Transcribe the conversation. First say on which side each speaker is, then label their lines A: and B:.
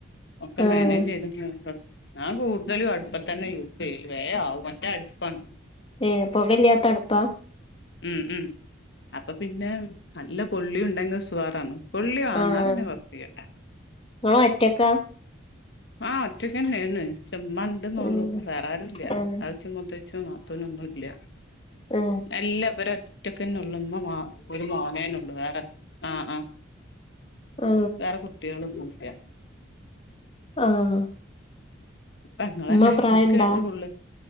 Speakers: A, on the left (about 60°); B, on the left (about 30°).
A: ഒക്കെ
B: ആഹ്
A: മാനേജ് ചെയ്ത് ച്ച് താ ഞാൻ കൂട്തലു അടുപ്പത്തന്നെ യൂസ് ചെയ്യല്ല് വേ ആവും മറ്റേ അടുപ്പാണ്
B: ഏഹ് പൊകല്ല്യാത്തടുപ്പാ
A: ഉം ഉം അപ്പൊ പിന്നെ നല്ല കൊള്ളിംണ്ടെങ്കി സുവറാണ് കൊള്ളി വാണം
B: ആഹ്
A: എന്നാ പിന്നെ കൊയപ്പല്ലട്ടാ
B: ഇങ്ങള് ഒറ്റക്കാ
A: ആ ഒറ്റക്കന്നെണ് <unintelligible> ണ്ടന്നുള്ളു
B: ഉം
A: വേറാരും ഇല്ല്യ
B: ആഹ്
A: ആച്ചും മുത്തച്ചും നാത്തൂനും ഒന്നും ഇല്ല
B: ഏ
A: അല്ല ഇവരൊറ്റക്കന്ന ഒള്ളൂ ഇമ്മ മാ ഒരു മോനേന്നൊള്ളൂ വേറെ ആ ആ
B: ആ
A: വേറെ കുട്ടിയളൊന്നു ഇല്യ
B: ആഹ്
A: തങ്ങളന്നെ
B: ഉമ്മ പ്രായണ്ടാ
A: ഇക്ക് രണ്ട് പുള്ളേ